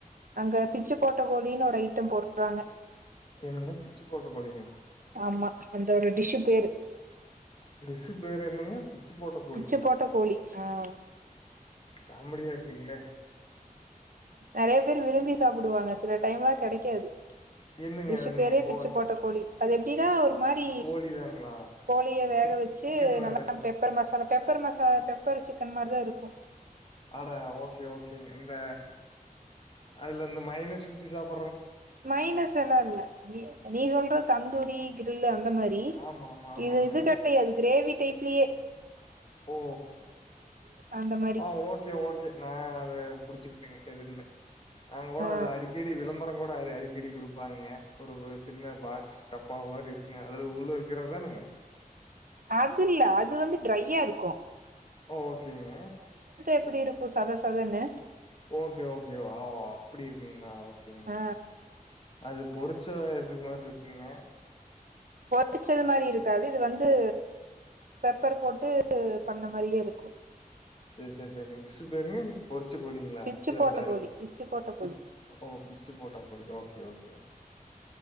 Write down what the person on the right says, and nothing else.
அங்க பிச்சு போட்ட கோழினு ஒரு ஐட்டம் போ வாங்ங
ஆமா அந்த ஒரு டிஷ்ஷு பேரு
பிச்சு போட்ட கோழி ஆ
நெறைய பேர் விரும்பி சாப்பிடுவாங்க சில டைம் லா கெடைக்காது
டிஷ்ஷு
பேரே
பிச்சு போட்ட கோழி அது எப்டி ஆ ஒரு மாரி
கோலிய வேக
வெச்சு
நல்லா
பெப்பர் மஸாலாப் பெ பெப்பர் மசா பெப்பர் சிக்கன் மாரிதா இருக்கு
மைனஸ் எல்லா இல்ல நீ சொல்றத் தந்தூரி கிரில் அந் இந்த மாரி
இது இது கெடையாது கிரேவி டைப்ளயே
அந்த மாரி
ஆ
அது இல்ல அது வந்து ட்ரை டியாருக்கு
எப்டி இருக்கு சத சதன்னு
ஆ
பொறிச்சது மாரி இருக்காது இது வந் து பெப்பர் போட்டு பண்ண மாரியே இருக்கு
பிச்சு
போட்ட
கோழி பிச்சு போட்ட
கோழி